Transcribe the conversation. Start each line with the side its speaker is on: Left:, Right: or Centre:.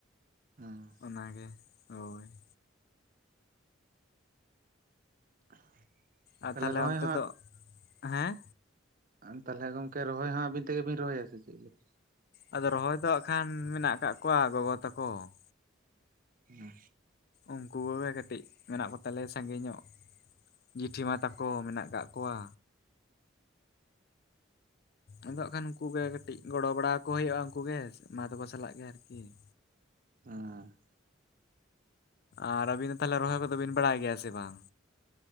Right: ᱦᱩᱸ᱾
Left: ᱚᱱᱟ ᱜᱮ, ᱦᱳᱭ ᱾
Right: <inaudible>
Left: ᱟ ᱛᱟᱦᱚᱞᱮ
Right: ᱨᱚᱦᱚᱭ
Left: ᱚᱱᱛᱮ ᱫᱚᱜ ᱦᱮᱸ?
Right: ᱟᱸ ᱛᱟᱦᱮᱞᱮ ᱜᱚᱝᱠᱮ ᱨᱚᱦᱚᱭ ᱦᱚᱸ ᱟᱹᱵᱤᱱ ᱛᱮᱜᱮ ᱵᱤᱱ ᱨᱚᱦᱚᱭᱟ ᱥᱮ ᱪᱮᱫ ᱞᱮᱠ?
Left: ᱟᱫᱚ ᱨᱚᱦᱚᱭ ᱫᱚ ᱦᱟᱸᱜ ᱠᱷᱟᱱ ᱢᱮᱱᱟᱜ ᱠᱟᱜ ᱠᱚᱣᱟ ᱜᱚᱜᱚ ᱛᱟᱠᱚ ᱾
Right: ᱩᱸᱦ,
Left: ᱩᱝᱠᱩ ᱠᱚᱜᱮ ᱠᱟᱹᱴᱤᱡ ᱢᱮᱱᱟᱜ ᱠᱚ ᱛᱟᱞᱮᱭᱟ ᱥᱟᱺᱜᱤᱧ ᱧᱚᱜ ᱾ ᱡᱤᱴᱷᱤ ᱢᱟ ᱛᱟᱠᱚ ᱢᱮᱱᱟᱜ ᱠᱟᱜ ᱠᱚᱣᱟ, ᱟᱫᱚ ᱦᱟᱸᱜ ᱠᱷᱟᱱ ᱩᱝᱠᱩ ᱜᱮ ᱠᱟᱹᱴᱤᱡ ᱜᱚᱲᱚ ᱵᱟᱲᱟ ᱟᱠᱚ ᱦᱩᱭᱩᱜᱼᱟ ᱩᱝᱠᱩ ᱜᱮ ᱢᱟ ᱛᱟᱠᱚ ᱥᱟᱞᱟᱜ ᱜᱮ ᱟᱨᱠᱤ ᱾
Right: ᱦᱮᱸ᱾
Left: ᱟᱨ ᱟᱵᱤᱱ ᱫᱚ ᱛᱟᱦᱚᱞᱮ ᱨᱚᱦᱚᱭ ᱠᱚᱫᱚ ᱵᱤᱱ ᱵᱟᱲᱟᱭ ᱜᱮᱭᱟ ᱥᱮ ᱵᱟᱝ?